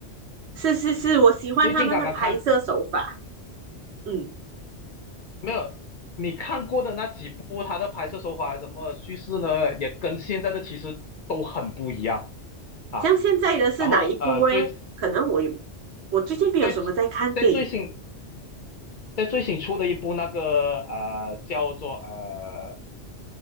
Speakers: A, on the right; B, on the left.
A: 是是是，我喜欢他们的拍摄手法。
B: 最近刚刚看
A: 嗯，
B: 没有，你看过的那几部，它的拍摄手法什么叙事呢，也跟现在的其实都很不一样啊。
A: 像现在的是哪一部嘞？
B: 然后呃，最
A: 可能我也我最近没有什么在看电影，
B: 在在最新在最新出的一部那个呃叫做呃